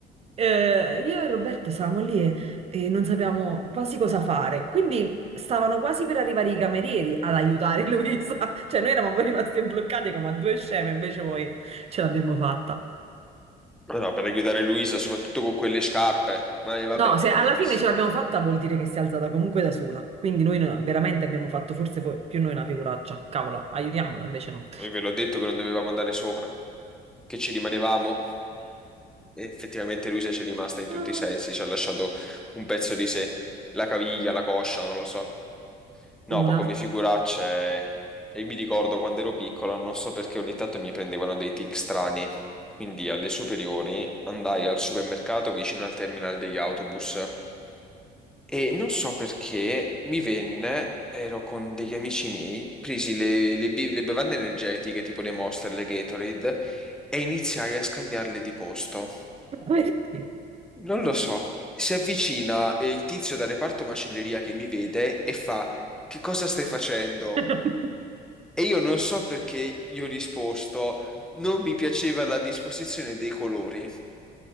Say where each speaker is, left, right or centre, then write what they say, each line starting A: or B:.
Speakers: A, on the right; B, in the centre.
A: Eh, io e Roberto stavamo lì e, e non sapevamo quasi cosa fare, quindi stavano quasi per arrivare i camerieri ad aiutare Luisa, <laughs> cioè noi eravamo rimasti bloccati come a due sceme, invece poi ce l'abbiamo fatta.
B: Ma no, per aiutare Luisa, soprattutto con quelle scarpe. Ma eh, vabbè,
A: No, se alla
B: mettersi.
A: fine ce l'abbiamo fatta vuol dire che si è alzata comunque da sola. Quindi noi no- veramente abbiamo fatto forse fo- più noi una figuraccia. Cavolo, aiutiamola, invece no.
B: Io ve l'ho detto che non dovevamo andare sopra, che ci rimanevamo. E effettivamente Luisa ci è rimasta in tutti
A: Ah.
B: i sensi, ci ha lasciato un pezzo di sé, la caviglia, la coscia, non lo so. No,
A: Una...
B: ma come figuracce, cioè, io mi ricordo quando ero piccolo, non so perché ogni tanto mi prendevano dei tic strani. Quindi alle superiori andai al supermercato vicino al terminal degli autobus e non so perché mi venne, ero con degli amici miei, presi le, le bi- le bevande energetiche tipo le Monster, le Gatorade e iniziai a scambiarle di posto.
A: <laughs> Perché?
B: Non lo so. Si avvicina eh, il tizio dal reparto macelleria che mi vede e fa: Che cosa stai facendo?
A: <laughs>
B: E io non so perché io ho risposto: Non mi piaceva la disposizione dei colori.